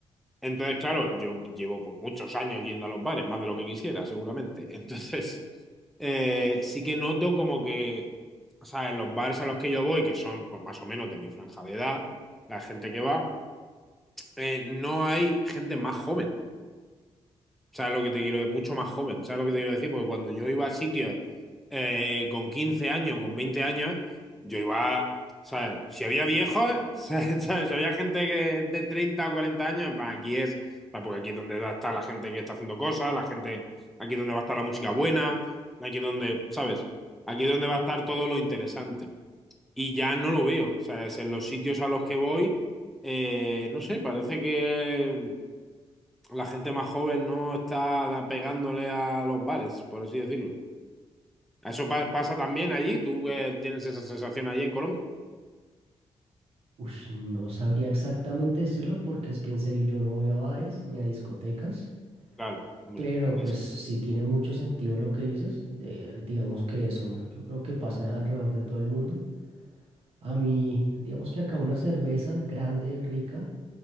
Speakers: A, in the centre; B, on the right (about 60°).
A: entonces, claro, yo llevo pues, muchos años yendo a los bares, más de lo que quisiera, seguramente. <laughs> Entonces, eh, sí que noto como que, o sea, en los bares a los que yo voy, que son pues, más o menos de mi franja de edad, la gente que va, eh, no hay gente más joven. ¿Sabes lo que te quiero? decir? Mucho más joven, ¿sabes lo que te quiero decir? Porque cuando yo iba a sitios eh, con 15 años, con 20 años, yo iba, ¿sabes? Si había viejos, <laughs> ¿sabes? Si había gente que de 30 o 40 años, en plan, aquí es, ¿sabes? porque aquí es donde va a estar la gente que está haciendo cosas, la gente, aquí es donde va a estar la música buena, aquí es donde, ¿sabes? Aquí es donde va a estar todo lo interesante. Y ya no lo veo, ¿sabes? En los sitios a los que voy, eh, no sé, parece que la gente más joven no está pegándole a los bares, por así decirlo. Eso pa- pasa también allí, tú eh, tienes esa sensación allí en Colombia.
B: Ush, no sabría exactamente decirlo porque es que en serio yo no voy a bares ni a discotecas,
A: Claro, hombre,
B: pero
A: Endesa.
B: pues sí tiene mucho sentido lo que dices, de- digamos que eso yo creo que pasa alrededor de todo el mundo. A mí, digamos que acá una cerveza grande, rica,